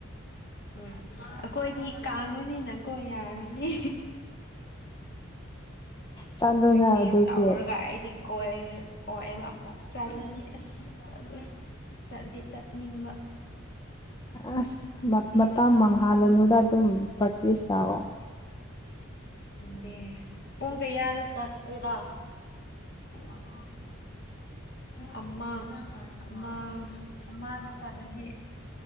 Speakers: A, on the left; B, on the left.
A: ꯎꯝ ꯑꯩꯈꯣꯏꯗꯤ ꯀꯥꯡꯕꯅꯤꯅꯀꯣ ꯌꯥꯔꯅꯤ꯫
B: ꯆꯥꯂꯨꯅ
A: ꯄ꯭ꯔꯦꯛꯇꯤꯁ
B: ꯑꯗꯨꯗꯤ
A: ꯇꯧꯔꯒ ꯑꯩꯗꯤ ꯀꯣꯏ ꯀꯣꯏꯕ ꯑꯃꯨꯛ ꯆꯠꯂꯅꯤ ꯑꯁ ꯇꯜꯂꯦ ꯆꯠꯗꯤ ꯆꯠꯅꯤꯡꯕ
B: ꯑꯁ
A: ꯄ꯭ꯔꯦꯛꯇꯤꯁꯁꯨ
B: ꯃ ꯃꯇꯝ
A: ꯇꯧꯅꯤꯡꯉꯤ
B: ꯃꯥꯡꯍꯜꯂꯅꯨꯗ ꯑꯗꯨꯝ ꯄ꯭ꯔꯦꯛꯇꯤꯁ ꯂꯥꯛꯑꯣ
A: ꯗꯦ ꯄꯨꯡ ꯀꯩꯌꯥꯗ ꯆꯠ ꯀꯩꯔꯥ ꯑꯃ <unintelligible> ꯑꯃ ꯑꯃ ꯑꯃꯗ ꯆꯠꯅꯁꯤ